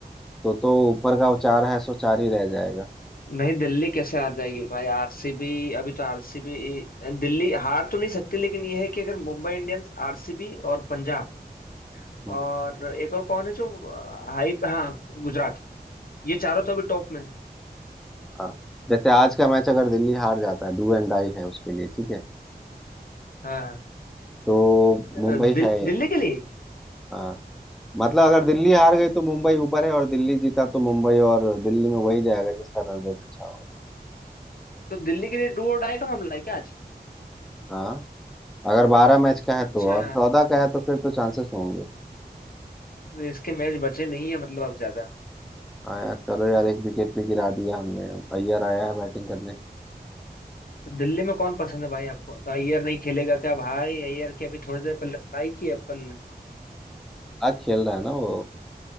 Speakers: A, in the centre; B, on the left.
A: तो तो ऊपर का वो चार है सो चार ही रह जाएगा
B: नहीं दिल्ली कैसे हार जाएगी भाई आरसीबी अभी तो आरसीबी दिल्ली हार तो नहीं सकती लेकिन यह है कि अगर मुंबई इंडियंस आरसीबी और पंजाब
A: हम्म,
B: और एक और कौन है जो अ, हाई हाँ गुजरात ये चारों तो अभी टॉप में हैं।
A: हाँ जैसे आज का मैच अगर दिल्ली हार जाता है डू एंड डाई है उसके लिए ठीक है
B: हाँ
A: तो
B: अ,
A: मुंबई
B: दिल,
A: है
B: दिल्ली के लिए
A: हाँ मतलब अगर दिल्ली हार गई तो मुंबई ऊपर है और दिल्ली जीता तो मुंबई और दिल्ली में वही जाएगा जिसका रन रेट अच्छा हो
B: तो दिल्ली के लिए डू और डाई का मामला है क्या आज
A: हाँ अगर बारह मैच का है
B: अच्छा
A: तो और चौदह का है तो फिर तो चांसेस होंगे
B: तो इसके मैच बचे नहीं है मतलब अब ज्यादा
A: आया चलो यार एक विकेट भी गिरा दिया हमने अब अय्यर आया है बैटिंग करने
B: तो दिल्ली में कौन पसंद है भाई आपको तो अय्यर नहीं खेलेगा क्या भाई अय्यर की अभी थोड़ी देर पहले लड़ाई की है अपन ने
A: आ खेल रहा है ना वो